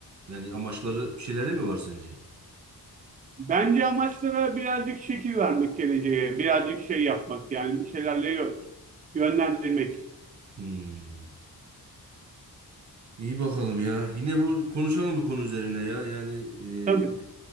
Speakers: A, on the right; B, on the right.
A: Yani amaçları bir şeyleri mi var sence?
B: Bence amaçlara birazcık şekil vermek geleceğe, birazcık şey yapmak yani bir şeylerle yö- yönlendirmek.
A: Hmm. İyi bakalım ya. Yine bu konuşalım bu konu üzerine ya. Yani e,
B: Tabii,
A: e,